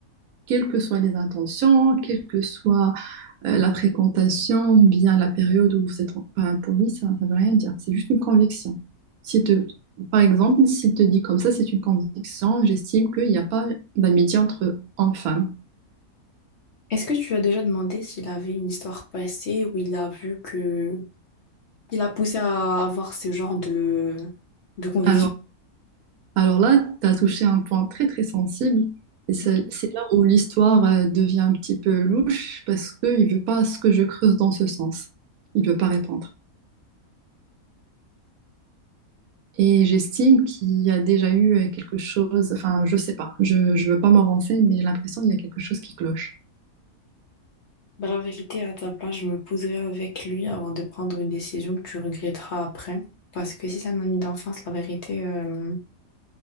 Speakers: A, on the right; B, on the left.
A: Quelles que soient les intentions, quelle que soit euh, la fréquentation, ou bien la période où vous êtes, en- enfin, pour lui, ça ne veut rien dire. C'est juste une conviction. Si te, par exemple, s'il te dit comme ça, c'est une conviction, j'estime qu'il n'y a pas d'amitié entre hommes-femmes.
B: Est-ce que tu as déjà demandé s'il avait une histoire passée où il a vu que... Il a poussé à avoir ce genre de, de conviction?
A: Alors, Alors là, tu as touché un point très très sensible et c'est
B: Mhm.
A: c'est là où l'histoire euh, devient un petit peu louche parce qu'il ne veut pas ce que je creuse dans ce sens. Il ne veut pas répondre. Et j'estime qu'il y a déjà eu euh, quelque chose, enfin je sais pas, je ne veux pas m'avancer, mais j'ai l'impression qu'il y a quelque chose qui cloche.
B: Bah, la vérité, à ta place, je me poserai avec lui avant de prendre une décision que tu regretteras après. Parce que si c'est un ami d'enfance, la vérité, euh,